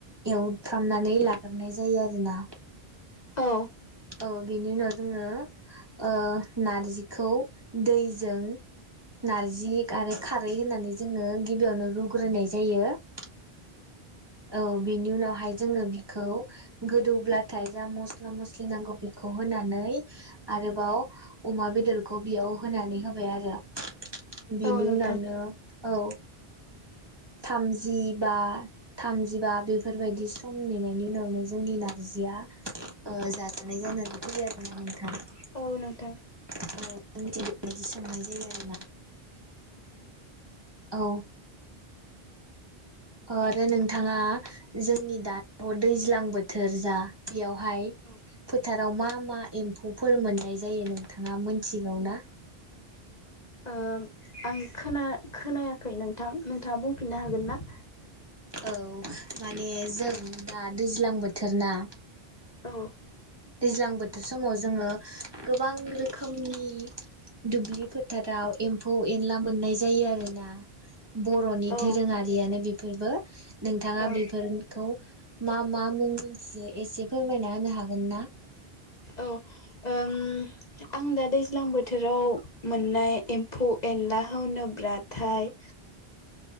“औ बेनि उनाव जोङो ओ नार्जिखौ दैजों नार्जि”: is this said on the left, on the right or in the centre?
Right